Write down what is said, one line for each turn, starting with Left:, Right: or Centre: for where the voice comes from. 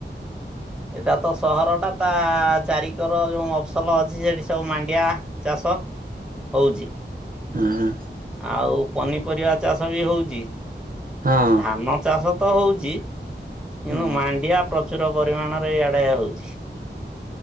Centre: ଏଇଟା ତ ସହର ଟା ତା ଚାରିକର ଜଉ ମଫସଲ ଅଛି ସେଠି ସବୁ ମାଣ୍ଡିଆ ଚାଷ। ହଉଚି।
Right: ଆଁ।
Centre: ଆଉ ପନିପରିବା ଚାଷ ବି ହଉଚି,
Right: ହଁ
Centre: ଧାନ ଚାଷ ତ ହଉଚି। କିନ୍ତୁ
Right: ହୁଁ।
Centre: ମାଣ୍ଡିଆ ପ୍ରଚୁର ପରିମାଣରେ ଇଆଡ଼େ ହଉଚି।